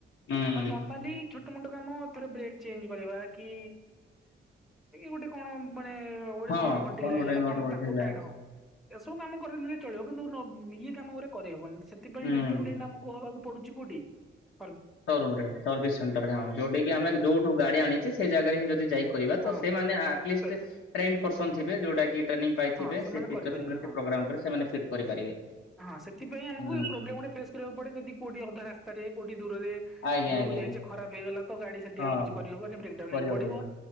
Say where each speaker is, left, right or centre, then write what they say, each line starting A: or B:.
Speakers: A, on the left; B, in the centre.
A: ହୁଁ
B: ହଁ, ନର୍ମାଲୀ ଛୋଟ ଛୋଟ ମୋଟ କାମ ଥରେ ବ୍ରେକ୍ ଚେଞ୍ଜ କରିବା କି ଗୋଟେ କଣ ବା ମାନେ କୋଉଠି
A: ହଁ
B: ନଟ ଫଟ୍
A: କଣ
B: ଢିଲା ହେଇଗଲା
A: ଗୋଟେ ନୋଟ
B: କଣ ତାକୁ
A: ଥିଲା
B: ଟାଇଟ ଏସବୁ କାମ କରେଇ ଦେଲେ ଚଳିବ। କିନ୍ତୁ ଇଏ କାମ ଗୁରା କରେଇ ହବନି। ସେଥିପାଇଁ
A: ହୁଁ
B: ଡିପେଣ୍ଡେଣ୍ଟ ଆମକୁ ହବାକୁ ପଡୁ। <unintelligible>
A: ସୋ ରୁମ୍ ରେ ସର୍ଭିସ ସେଣ୍ଟରରେ ହଁ, ଯୋଉଟି ଆମେ ଯୋଉଠୁ ଗାଡି ଆଣିଚେ ସେଇ ଜାଗାରେ ହିଁ ଯଦି ଯାଇ କରିବା
B: ହଁ
A: ତ ସେ ମାନେ ଆଟଲିଷ୍ଟ୍
B: ସେ-
A: ଟ୍ରେନ୍ ପର୍ସନ ଥିବେ, ଯୋଉଟା କି ଟ୍ରେନିଂ ପାଇଥିବେ
B: ହଁ ସେମାନେ
A: ସେ ଫିଚରସ୍
B: କରିପାରିବେ
A: ଉପରେ
B: ହଁ।
A: ପ୍ରୋଗ୍ରାମରେ ସେମାନେ ଫିଟ୍ କରିପାରିବେ।
B: ହଁ ସେଥିପାଇଁ ଆମକୁ
A: ହୁଁ।
B: ଏ ପ୍ରୋବ୍ଲେମ ଗୋଟେ ଫେସ୍ କରିବାକୁ ପଡେ ଯଦି କୋଉଠି ଅଧା ରାସ୍ତାରେ କଉଠି ଦୂରରେ
A: ଆଜ୍ଞା
B: ଦୂରକୁ
A: ଆଜ୍ଞା
B: ଯାଇଚେ
A: ଆଜ୍ଞା
B: ଖରାପ ହେଇଗଲା ତ ଗାଡି ସେଠି
A: ହଁ
B: ଆଉ କିଛି କରିହବନି ବ୍ରେକଡାଉନ
A: କରିହବନି
B: ହେଇ ପଡିବ।